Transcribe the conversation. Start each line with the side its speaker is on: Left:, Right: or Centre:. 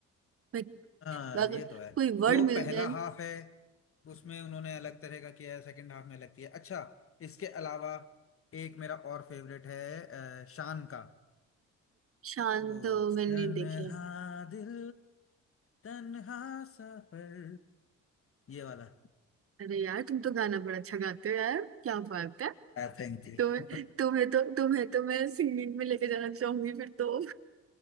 Right: मैं-
Left: हाँ
Right: अगर
Left: ये
Right: कोई
Left: तो है
Right: वर्ड
Left: जो
Right: मिल
Left: पहला
Right: जाए
Left: हाफ है उसमें उन्होंने अलग तरह का किया है सेकंड हाफ में अलग किया है। अच्छा इसके अलावा एक मेरा और फेवरेट है अ, शान का
Right: शान
Left: वो
Right: तो
Left: तन्हा
Right: मैंने देखे
Left: दिल तन्हा सफर ये वाला
Right: अरे यार तुम तो गाना बड़ा अच्छा गाते हो यार क्या बात है
Left: Thank you
Right: तुम्हें
Left: <laughs>
Right: तुम्हें तो तुम्हें तो मैं सिंगिंग में लेके जाना चाहूंगी फिर तो